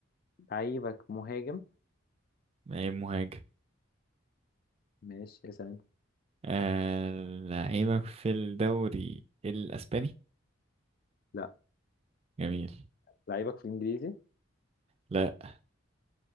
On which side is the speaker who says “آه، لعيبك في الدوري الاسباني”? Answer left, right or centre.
Right